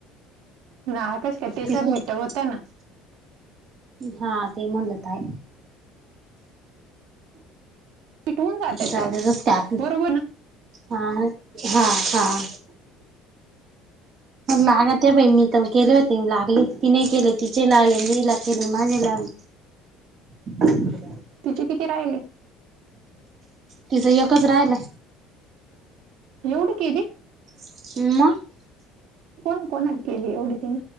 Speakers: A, on the right; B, on the right.
A: ना कश का तेस
B: ते
A: मिीठ होत ना.
B: हा ते म्हणलंत आहे.
A: मिट होऊन जाते
B: जा
A: ते
B: तर त्याप
A: बरोबर ना
B: हा हा हा.
A: <unintelligible>
B: लागत पई मी तर केले होते लागले ति नाही केले तिचे लागले मी ला केले माझे लागले. <unintelligible>
A: तिचे किती राहिले.
B: तिचं एकच राहिलय.
A: एवढी केली.
B: <unintelligible>
A: कोण कोणाला केले एवढे तिनं.